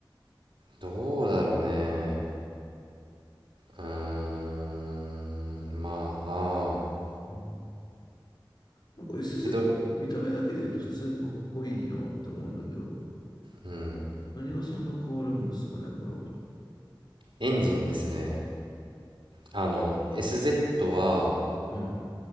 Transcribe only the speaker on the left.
うんなんか SZ、
見た目だけで言うと普通にかっこいいなって思うんだけど、
何がそんな変わるんですかね、これは。は
あ、はい。